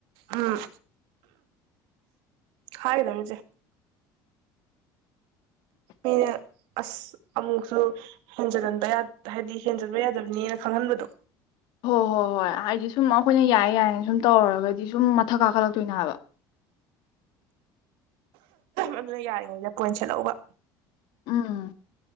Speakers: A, on the right; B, on the left.
A: ꯎꯝ ꯍꯥꯏꯒꯗꯝꯅꯤ ꯆꯦ ꯃꯤꯅ ꯑꯁ ꯑꯃꯨꯛꯁꯨ ꯍꯦꯟꯖꯟꯍꯟꯕ ꯍꯥꯏꯗꯤ ꯍꯦꯟꯖꯟꯕ ꯌꯥꯗꯕꯅꯤꯅ ꯈꯪꯍꯟꯕꯗꯣ
B: ꯍꯣꯏ ꯍꯣꯏ ꯍꯣꯏ ꯍꯥꯏꯗꯤ ꯁꯨꯝ ꯑꯩꯈꯣꯏꯅ ꯌꯥꯏꯌꯦ ꯌꯥꯏꯌꯦ ꯁꯨꯝ ꯇꯧꯔꯨꯔꯒꯗꯤ ꯁꯨꯝ ꯃꯊꯛ ꯀꯥꯈꯠꯂꯛꯇꯣꯏꯅꯦ ꯍꯥꯏꯕ
A: ꯑꯗꯨꯅ ꯌꯥꯔꯤꯉꯩꯗ ꯄꯣꯏꯟꯁꯦꯠꯍꯧꯕ
B: ꯎꯝ